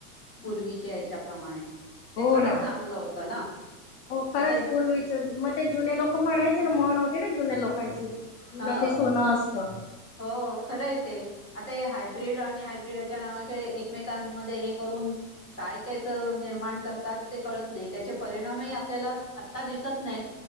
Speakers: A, on the left; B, on the left.
A: हम्म,
B: पूर्वीचे ह्याच्याप्रमाणे ते
A: हो
B: खरंच
A: ना
B: चांगलं होत ना.
A: हो खरंच
B: आता
A: पूर्वीच म ते जुने लक म्हणायचे म्हण होती ना. जुने लोक. लोकांची जुन
B: ह
A: ते सोनं असत.
B: हो खरं आहे ते. आता हे हायब्रीड आणि हायब्र्रीड. त्याच्या नावा एकमेकांमध्ये हे करून. काय त्याच निर्माण करतात. ते कळत नाही. त्याचे परिणामही आपल्याला आता दिसत नाही.